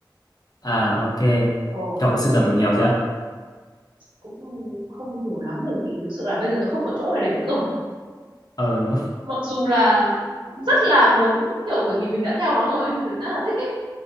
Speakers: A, on the left; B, on the right.
A: À ok.
B: ờ
A: Cậu đã sưu tập được nhiều chưa?
B: cũng không nhiều lắm bởi vì thực sự là bây giờ tớ không còn chỗ để để nữa rồi
A: Ờ đúng.
B: mặc dù là rất là muốn kiểu bởi vì mình đã theo nó rồi ấy, mình rất là thích ấy